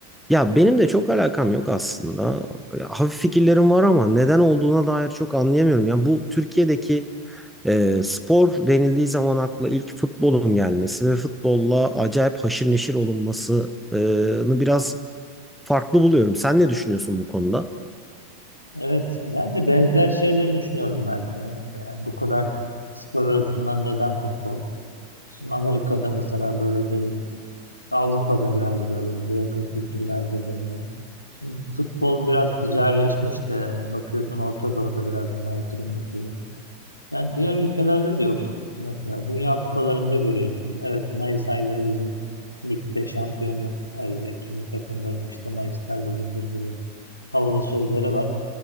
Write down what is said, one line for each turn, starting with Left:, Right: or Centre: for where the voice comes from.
Centre: ya benim de çok alakam yok aslında. Hafif fikirlerim var ama neden olduğuna dair çok anlayamıyorum. Yani bu Türkiye'deki e, spor denildiği zaman akla ilk futbolun gelmesi ve futbolla acayip haşır neşir olunmasını biraz farklı buluyorum. Sen ne düşünüyorsun bu konuda?
Left: Evet, ben de benzer şeyleri düşünüyorum Mert. Ee, yani bu kadar spor arasından neden futbol? Şimdi Amerika'da mesela böyle değil. Avrupa'da biraz böyle, bize yakın kültürlerde böyle. Şimdi futbol biraz ticarileşmiş de bakıyorsun Orta Doğu'da biraz buna yatırım yapıyor. Yani diğer ülkelerde de yok. Mesela Dünya Kupalarında görüyorsun. Evet, Mayıs ayları bizim ligde şampiyonluk ayı. Kimi takımların işte Mayıslar bizimdir gibi havalı sözleri var.